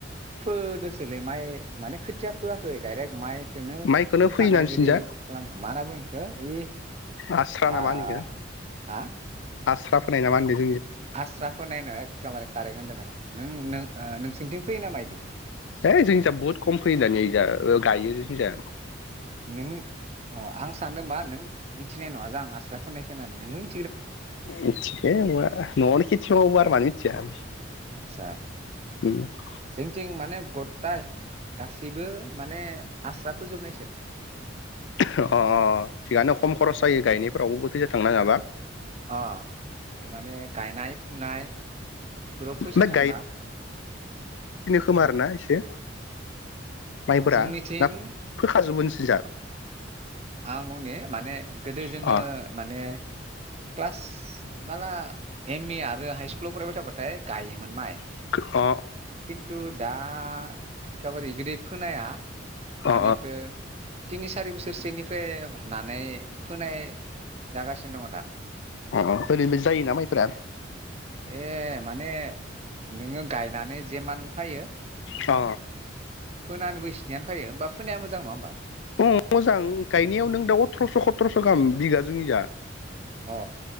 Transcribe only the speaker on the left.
माइखौनो
फैयो ना नोंसिनिजा
आस्रा ना
मा होनो इखो आस्रा फोनाय नामा होनदों।
है जोंनि जाया बहुत खम फैयो दानि जा गायो जोंनि जाया।
मिथिगो न'आवनि खिथि आरो मानि मिथिया।
अ
अ अ थिगानो खम खरस जायो गायनायफोरावबो फैज थांनाङाबा।
ओमफ्राय
खोमार ना एसे। माइफोरा
ना फोखाजोगबो सिन्जार
अ
अ अ
अ
औ ओरैनो जायोना माइफोरा।
अ
अ मोजां गायनायाव नों दा अथ्रस' सथ्रस' गाहाम बिगा जोंनिया।